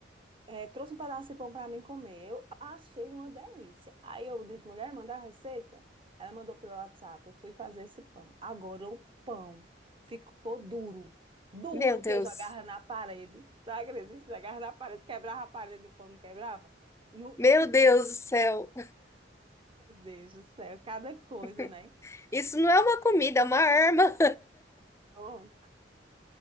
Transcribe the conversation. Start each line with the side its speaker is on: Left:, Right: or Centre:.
Right: é, trouxe um pedaço de pão para mim comer. Eu achei uma delícia. Aí eu disse, mulher, manda a receita. Aí ela mandou pelo WhatsApp. Eu fui fazer esse pão. Agora o pão ficou duro. Duro
Left: Meu Deus.
Right: que eu jogava na parede. Tu acredita? Jogava na parede, quebrava a parede, e o pão não quebrava? No...
Left: Meu
Right: <laughs>
Left: Deus do céu.
Right: Meu Deus do céu, cada coisa,
Left: <laughs>
Right: né?
Left: Isso não é uma comida, é uma arma.
Right: Bom,